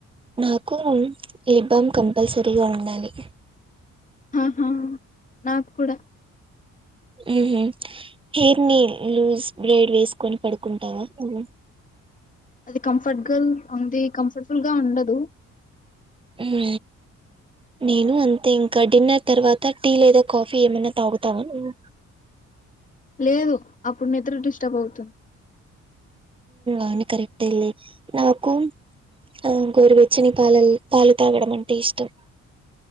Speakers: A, on the right; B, on the left.
A: నాకు లిబ్ బామ్ కంపల్సరీగా ఉండాలి.
B: హా హా నాకు కూడా.
A: ఉహ్ హెయిర్ ని లూజ్ బ్రేడ్ వేసుకొని పడుకుంటావా నువ్వు.
B: అది కంఫర్ట్గాల్ ఉంది, కంఫర్ట్బుల్ గా ఉండదు.
A: హ్ నేను అంతే ఇంకా డిన్నర్ తర్వాత టీ లేదా కాఫీ ఏమన్నా తాగుతావా నువ్వు.
B: లేదు అప్పుడు నిద్ర డిస్టర్బ్ అవుతుం
A: అని కరెక్టేలే. నాకు ఆ గోరువెచ్చని పాల పాలు తాగడం అంటే ఇష్టం.